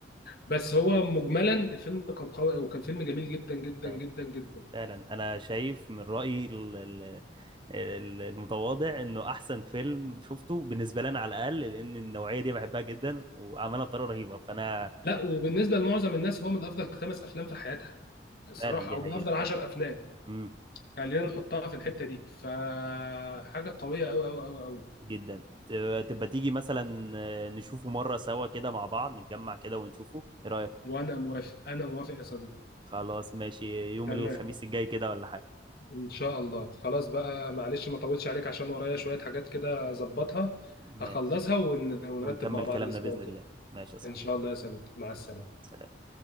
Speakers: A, on the left; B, on the right.
A: بس هو مجملا الفيلم كان قوي وكان فيلم جميل جدا جدا
B: فعلا
A: جدا جدا
B: فعلا انا شايف من رايي ال- ال- ال- المتواضع انه احسن فيلم شفته بالنسبه لي انا على الاقل لان النوعيه دي بحبها جدا وعملها بطريقه رهيبه فانا
A: لا وبالنسبه لمعظم الناس هو من افضل خمس افلام في حياتها الصراحه
B: فعلا دي
A: او
B: حقيقه
A: من افضل عشر افلام
B: امم
A: خلينا نحطها في الحتة دي فحاجة قوية أوي أوي أوي أوي
B: جدا تبقى تبقى تيجي مثلا آه، نشوفه مرة سوا كده مع بعض نتجمع كده ونشوفه ايه رأيك
A: وأنا موافق أنا موافق يا صديقي
B: خلاص ماشي يوم
A: تمام
B: الخميس الجاي كده ولا حاجة
A: إن شاء الله خلاص بقى معلش ما طولتش عليك عشان ورايا شوية حاجات كده أظبطها
B: ماشي
A: أخلصها ون... ونرتب
B: ونكمل
A: مع بعض
B: كلامنا
A: الأسبوع
B: بإذن
A: الجاي
B: الله ماشي يا صاحبي
A: إن شاء الله يا صديقي مع السلامة
B: سلام